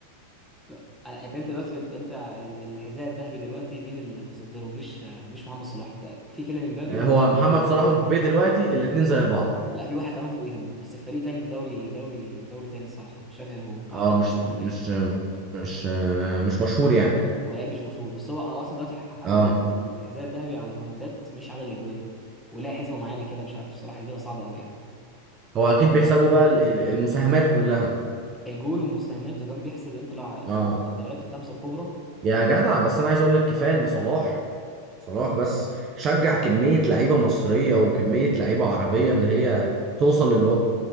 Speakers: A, in the centre; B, on the right.
A: لا أنا- انت أنت دلوقتي في... انت ال- الحذاء الذهبي دلوقتي مين اللي متصدره مش مش محمد صلاح في كيليان امبابي
B: آه،
A: و...
B: هو محمد
A: تاني.
B: صلاح ومبابي دلوقتي الاتنين زي بعض
A: لا في واحد كمان فوقيهم بس في فريق تاني في دوري دوري دوري تاني الصراحه مش فاكر هو وحتى
B: اه
A: مش
B: مش
A: فاكر اسم
B: مش
A: اللعيب
B: مش مش مشهور يعني
A: هو لعيب مش مشهور بس هو هو اصلا دلوقتي حاسب
B: اه
A: ال- الحذاء الذهبي على بوينتات مش على الاجوال ولا حسبه معينه كده مش عارف الصراحه حسبتها صعبه قوي يعني
B: هو اكيد بيحسبوا بقى ال- ال- المساهمات كلها
A: الجول والمساهمات وكان بيحسب يعني انت لو ع- في
B: اه
A: الد- الدوريات الخمسه الكبرى
B: يا جدع بس انا عايز اقول لك كفايه ان صلاح صلاح بس شجع كميه لعيبه مصريه وكميه لعيبه عربيه ان هي توصل للي هو